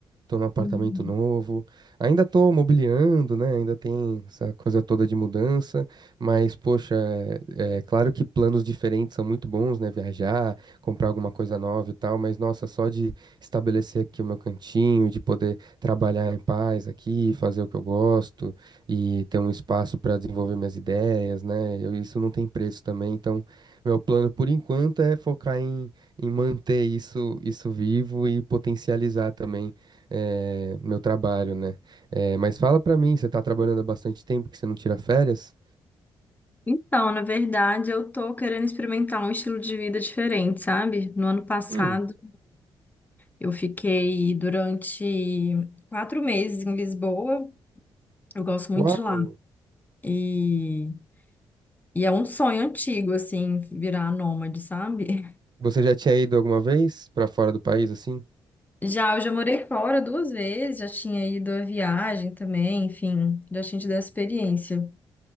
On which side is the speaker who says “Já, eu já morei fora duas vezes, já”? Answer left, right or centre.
Left